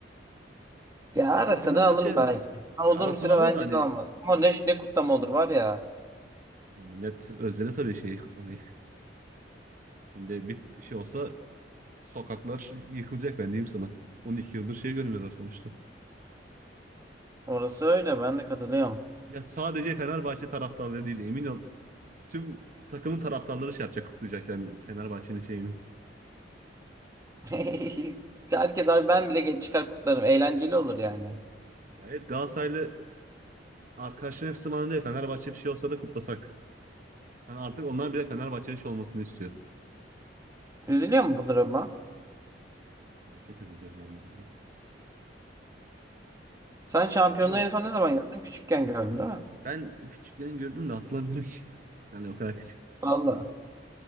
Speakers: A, on the right; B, on the right.
A: Ya ara
B: Hani Fenerbahçe
A: sıra alır belki. Ama
B: ya
A: uzun
B: ara
A: bir
B: sıra
A: süre
B: alır
A: bence
B: da hani
A: de alamaz. Ama ne, ne kutlama olur var ya.
B: Ya Millet özledi tabii şeyi kutlamayı. Şimdi bir şey olsa sokaklar yıkılacak ben diyeyim sana. 12 yıldır şey görmüyorlar sonuçta.
A: Orası öyle ben de katılıyorum.
B: Ya sadece Fenerbahçe taraftarları değil emin ol. Tüm takımın taraftarları şey yapacak kutlayacak yani Fenerbahçe'nin şeyini.
A: <laughs> Herkes abi ben bile ge- çıkar kutlarım. Eğlenceli olur yani.
B: Yani evet, Galatasaraylı arkadaşların hepsi bana diyor Fenerbahçe bir şey olsa da kutlasak. Hani artık onlar bile Fenerbahçe'nin şey olmasını istiyor.
A: Üzülüyor mu bu duruma?
B: Yani çok üzülüyorum ben bu duruma.
A: Sen şampiyonluğu
B: Ama
A: en son ne zaman gördün? Küçükken gördün değil mi?
B: ben küçükken gördüm de hatırlamıyorum ki. <laughs> Yani o kadar küçük.
A: Valla.